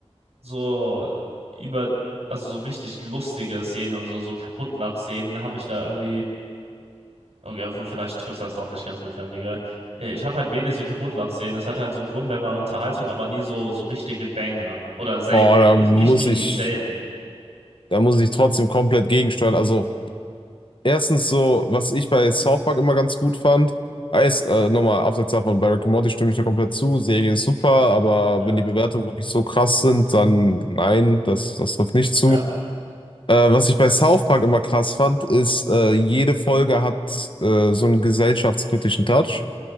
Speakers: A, on the right; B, on the left.
A: so über, also so richtig lustige Szenen und so, so Kaputtlach-Szenen habe ich da irgendwie, okay, wo- vielleicht trifft das doch nicht ganz mit Family Guy. Äh, Ich habe halt wenig so Kaputtlach-Szenen. Es hat halt so ein Grundlevel an Unterhaltung, aber nie so, so richtige Banger. Oder selten.
B: Oh, da
A: Nicht,
B: muss
A: nicht nie,
B: ich.
A: selten.
B: Da muss ich trotzdem komplett gegensteuern. Also, erstens so, was ich bei South Park immer ganz gut fand, ist, äh, nochmal abseits davon, bei Rick and Morty stimme ich da komplett zu. Serie ist super, aber
A: Ja,
B: wenn die Bewertungen wirklich so krass sind, dann nein, das, das trifft nicht zu.
A: ja,
B: Äh, was ich bei South Park immer krass fand, ist, äh, jede Folge hat äh, so einen gesellschaftskritischen Touch.